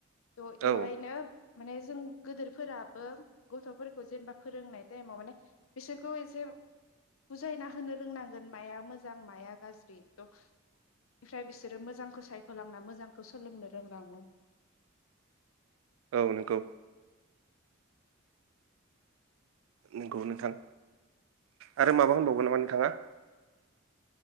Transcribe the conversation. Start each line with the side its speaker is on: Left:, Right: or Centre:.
Left: तह
Right: औ
Left: एवहायनो माने जों गोदोर फोराबो गथ'फोरखौ जेनेबा फोरोंनाय टाइमाव माने बिसोरखौ एसे बुजायना होनो रोंनांगोन माया मोजां माया गाज्रि' ट मफ्राय बिसोरो मोजांखौ सायख'लांना मोजांखौ सोलोंनो रोंलाङो
Right: औ नंगौ नंगौ नोंथां आरो माबा होनबावगोन नामा नोंथाङा